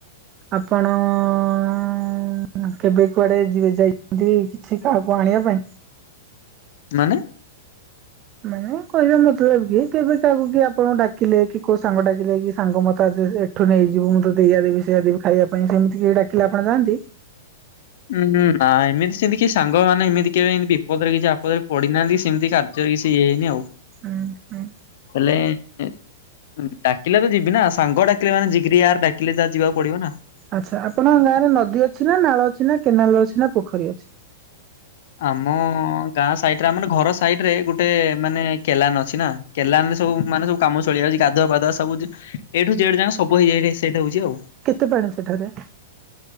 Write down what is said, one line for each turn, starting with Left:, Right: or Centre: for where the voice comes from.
Right: ଆପଣ ହୁଁ କେବେ କୁଆଡ଼େ ଯିବେ ଯାଇଚନ୍ତି କିଛି କାହାକୁ ଆଣିବା ପାଇଁ?
Left: ମାନେ।
Right: ମାନେ କହିବା ମତଲବ କି କେବେ କାହାକୁ କିଏ ଆପଣଙ୍କୁ ଡାକିଲେ କି କୋଉ ସାଙ୍ଗ ଡାକିଲେ କି ସାଙ୍ଗ ମତେ ଆଜି ଏ। ଏଠୁ ନେଇଯିବି ମୁଁ ତତେ ଏଇଆ ଦେବି ସେଇଆ ଦେବି ଖାଇବା ପାଇଁ ସେମିତି କେହି ଡାକିଲେ ଆପଣ ଯାଆନ୍ତି।
Left: ଉଁ ନା ଏମିତି ସେଁତି କି ସାଙ୍ଗମାନେ ଏମିତି କେବେ ଏମିତି ବିପଦରେ କିଛି ଆପଦରେ। ପଡି ନାହାନ୍ତି ସେମିତି କାର୍ଯ୍ୟ କିଛି ଇଏ ହେଇନି ଆଉ।
Right: ଉଁ ହୁଁ।
Left: ହେଲେ ଏଁ। ଡାକିଲେ ତ ଯିବି ନା ସାଙ୍ଗ ଡାକିଲେ ମାନେ ଯିଗିରି ୟାର୍ ଡାକିଲେ ତ ଯିବାକୁ ପଡିବ ନା।
Right: ଆଚ୍ଛା ଆପଣଙ୍କ ଗାଁ ରେ ନଦୀ ଅଛି ନା ନାଳ ଅଛି ନା କେନାଲ ଅଛି ନା ପୋଖରୀ ଅଛି।
Left: ଆମ ଗାଁ ସାଇଡ ରେ ଆମ ଘର ସାଇଡ ରେ ଗୋଟେ ମାନେ କେଲାନ ଅଛି ନା। କେଲାନ ରେ ସବୁ ମାନେ ସବୁ କାମ ଚଳି ଯାଉଛି ଗାଧୁଆ ପାଧୁଆ ସବୁ ଯୋଉ ଏ ଠୁ ଯେଡ଼ ଯାଙ୍କ ସବୁ ଇଏ ସେଠେ ହଉଛି ଆଉ। ସେଇଠା ହେଉଛି ଆଉ
Right: କେତେ ପାଣି ସେଠାରେ।